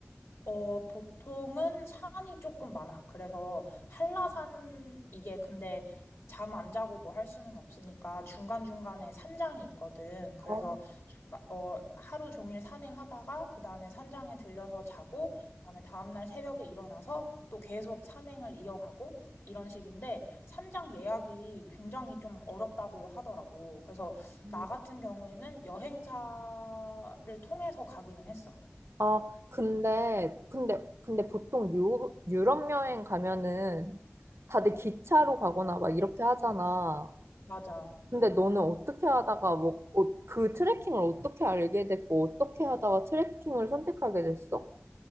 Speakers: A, on the left; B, on the right.
A: 어, 보통은 산이 조금 많아. 그래서 한라산, 이게 근데 잠 안 자고 뭐 할 수는 없으니까 중간중간에 산장이 있거든. 그래서
B: 어,
A: 중간, 어, 하루 종일 산행하다가 그 다음에 산장에 들려서 자고, 그 다음에 다음날 새벽에 일어나서 또 계속 산행을 이어가고 이런 식인데 산장 예약이 굉장히 좀 어렵다고 하더라고. 그래서
B: 음.
A: 나 같은 경우에는 여행사를 통해서 가기는 했어.
B: 아, 근데, 근데, 근데 보통 유, 유럽 여행 가면은 다들 기차로 가거나 막 이렇게 하잖아.
A: 맞아.
B: 근데 너는 어떻게 하다가 뭐, 어, 그 트레킹을 어떻게 알게 됐고, 어떻게 하다가 트레킹을 선택하게 됐어?